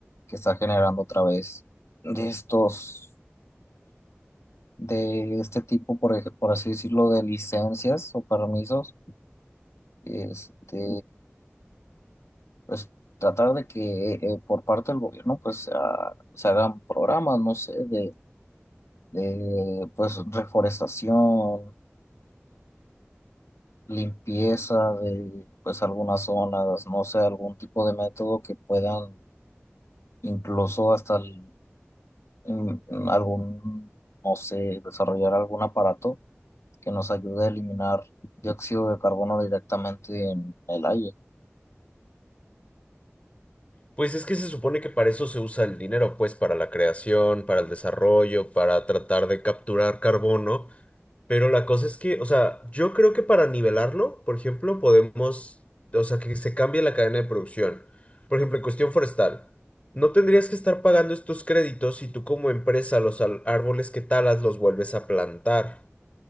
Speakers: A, on the left (about 80°); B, on the left (about 30°).
A: que está generando otra vez de estos, de este tipo, por, ej- por así decirlo, de licencias o permisos, este, pues tratar de que eh, eh, por parte del gobierno pues se se hagan programas, no sé, de, de pues reforestación limpieza de pues algunas zonas, no sé, algún tipo de método que puedan incluso hasta el- en- en algún, no sé, desarrollar algún aparato que nos ayude a eliminar dióxido de carbono directamente en el aire.
B: Pues es que se supone que para eso se usa el dinero, pues para la creación, para el desarrollo, para tratar de capturar carbono Pero la cosa es que, o sea, yo creo que para nivelarlo, por ejemplo, podemos, o sea, que se cambie la cadena de producción. Por ejemplo, en cuestión forestal, no tendrías que estar pagando estos créditos si tú como empresa los al- árboles que talas los vuelves a plantar.